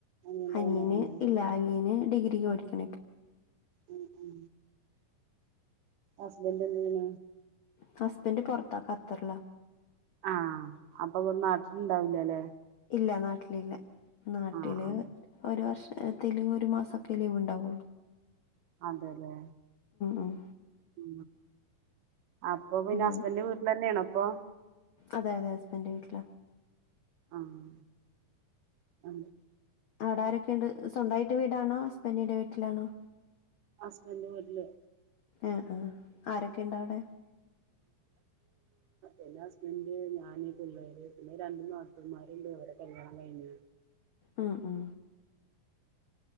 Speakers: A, on the right; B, on the left.
A: അനിയന്റെ
B: അനിയന്
A: കല്യാണം കഴിഞ്ഞോ
B: ഇല്ല അനിയന് ഡിഗ്രിക്ക് ഓടിക്കണ ഇപ്പ
A: ഉം ഉ ഹസ്ബല്ലന
B: ഹസ്ബൻഡറ് പുൊറത്ത കത്തറല്ല
A: ആഹ അപ്പൊ നാട്ടില ഇണ്ടാവില്ലേല്ലെ
B: ഇല്ല നാട്ടിലില്ല നാട്ടില്
A: ആഹ് ആഹ്
B: ഒരു വർഷ തെല് ഒരു മാസമൊക്കെ ലീവ്ണ്ടാവുള്ളൂ
A: അതെല്ലേ
B: ഉം
A: ഉ അപ്പൊ പിന്നെ
B: അങ്ങനെ
A: ഹസ്ബൻഡന്റെ വീട്ടിൽ തന്നെയണ അപ്പൊ
B: അതെ അതെ ഹസ്ബൻഡ്റെ വീട്ടില
A: ആഹ ആ
B: അവിടെ ആാരൊക്കെയ ഉണ്ട് സ്വന്തമായിട്ട് വീടാണോ ഹസ്ബൻറിന്റെ വീട്ടിലാണോ
A: ഹസ്ബന്ഡ വീട്ടില്
B: ആഹ ആ ആരൊക്കെ ഉണ്ടോ അവിടെ
A: എന്റെ ഹസ്ബന്ഡ് ഞാന് പിള്ളേര് പിന്നെ രണ്ട മൂ നാട്ടന്മാര്ണ്ട് അവടെ കല്യാണം കഴിഞ്ഞു
B: ആ ആ